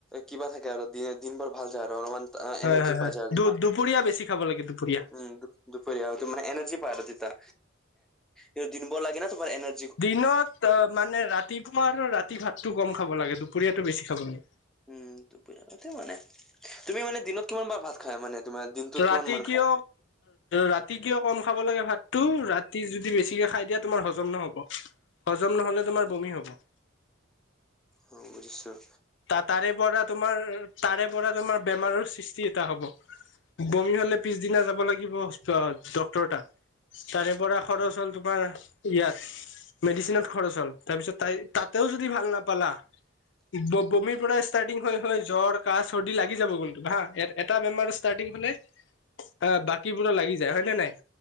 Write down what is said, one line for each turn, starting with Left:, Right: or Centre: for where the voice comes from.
Centre: কিবা থাকে আৰু দি - দিন বোৰ ভাল যায় আৰু অলপমান অ',
Left: হয়
Centre: এনাৰ্জি
Left: হয় হয়
Centre: পাই যাবা
Left: দু
Centre: তোমাৰ।
Left: দুপৰীয়া বেছি খাব লাগে দুপৰীয়া
Centre: উম, দু দুপৰীয়া তোমাৰ এনাৰ্জি পাই আৰু তেতিয়া, এ দিনবোৰ লাগে ন তোমাৰ এনাৰ
Left: দিনত অ, মানে ৰাতিপুৱা আৰু ৰাতি ভাতটো কম খাব লাগে, দুপৰীয়াটো বেছি খাব লাগে।
Centre: উম, দুপৰীয়া তাতে মানে। তুমি মানে দিনত কিমান বাৰ ভাত খাই মানে? তোমাৰ দিনটোত
Left: ৰাতি
Centre: কিমান মান
Left: কিয়
Centre: খায়?
Left: ৰাতি কিয় কম খাব লাগে ভাতটো ৰাতি যদি বেছিকে খাই দিয়া তোমাৰ হজম নহব। হজম নহলে তোমাৰ বমি হ'ব।
Centre: উম, বুজিছোঁ।
Left: ত তাৰে পৰা তোমাৰ তাৰে পৰা তোমাৰ বেমাৰৰ সৃষ্টি <unintelligible> হব, বমি হলে পিছদিনা যাব লাগিব। অ', ডক্টৰ তাত তাৰে পৰা খৰচ হ'ল তোমাৰ ইয়াত মেডিচিনত খৰচ হ'ল তাৰপিছত তাই তাতেও যদি ভাল নাপালা ব - বমি পৰা ষ্টাৰ্তিং হ হয়, হয় জ্বৰ, কাহ, চৰ্দি লাগি যাব কিন্তু হা। এটা বেমাৰ ষ্টাৰ্টিং হলে অ, বাকীবোৰো লাগি যায় হয় নে নাই?